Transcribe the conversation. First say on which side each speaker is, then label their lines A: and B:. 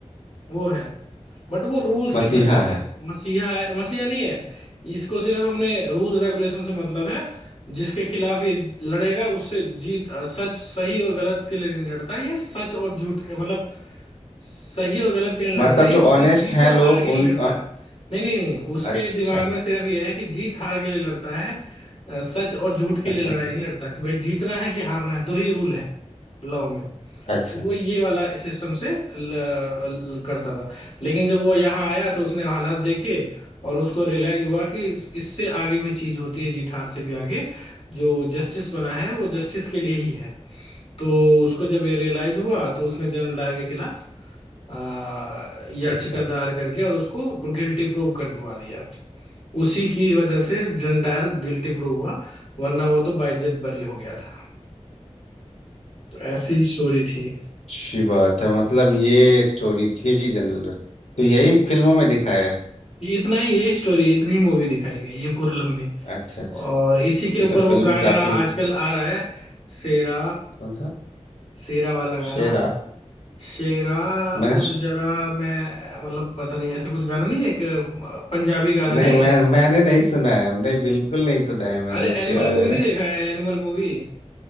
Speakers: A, on the left; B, on the left.
A: वो है बट वो रूल्स
B: मसीहा
A: के साथ चल
B: है
A: रहा था मसीहा है मसीहा नहीं है इसको सिर्फ हमने रूल्स रेगुलेशन से मतलब है जिसके खिलाफ ये लड़ेगा उससे जीत अ, सच सही और गलत के लिए नहीं लड़ता ये सच और झूठ के मतलब सही और गलत के लिए नहीं
B: मतलब
A: लड़ता ये
B: जो
A: सिर्फ
B: ऑनेस्ट
A: जीत
B: हैं
A: और
B: लोग
A: हार के लिए
B: उन
A: लड़ता
B: अ-
A: है नहीं नहीं नहीं उसके
B: अच्छा
A: दिमाग में सिर्फ ये है कि जीत हार के लिए लड़ता है अ, सच और झूठ के
B: अच्छा
A: लिए लड़ाई
B: अच्छा
A: नहीं लड़ता कि भाई जीतना है कि हारना है दो ही रूल है लॉ में
B: अच्छा
A: तो वो ये वाला सिस्टम से ल, ल, करता था लेकिन जब वो यहाँ आया तो उसने हालात देखे और उसको रियलाइज हुआ कि इस- इससे आगे भी चीज होती है जीत हार से भी आगे जो जस्टिस बना है वो जस्टिस के लिए ही है तो उसको जब ये रियलाइज हुआ तो उसने जनरल डायर के खिलाफ आ, याचिका
B: अच्छा
A: दायर करके और उसको गिल्टी प्रूव कर दवा दिया उसी की वजह से जनरल डायर गिल्टी प्रूव हुआ वरना वो तो बाइज्जत बरी हो गया था तो ऐसी स्टोरी थी
B: अच्छी बात है मतलब ये स्टोरी थी जनरल तो यही फिल्मों में दिखाया है
A: इतना ही ये स्टोरी इतनी ही मूवी दिखाई गई ये पूरी लंबी
B: अच्छा अच्छा
A: और इसी के
B: ये
A: ऊपर
B: तो
A: वो
B: फिल्म
A: गाना
B: काफी
A: आजकल आ रहा है शेरा
B: कौन सा
A: शेरा वाला गाना
B: शेरा
A: शेरा
B: मैंने
A: उठ
B: सु-
A: जरा मैं मतलब पता नहीं ऐसा कुछ गाना नहीं है एक अ, पंजाबी गाना नहीं
B: नहीं मैं
A: है
B: मैंने नहीं सुना है नहीं बिल्कुल नहीं सुना है मैंने
A: अरे
B: इसके
A: एनिमल
B: बारे
A: मूवी
B: में
A: नहीं देखा है एनिमल मूवी